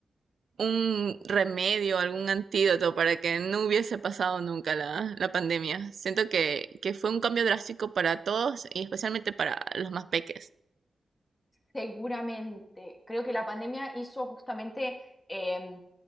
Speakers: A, on the right; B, on the left.
A: un remedio, algún antídoto para que no hubiese pasado nunca la, la pandemia. Siento que, que fue un cambio drástico para todos y especialmente para los más peques.
B: Seguramente. Creo que la pandemia hizo justamente, eh,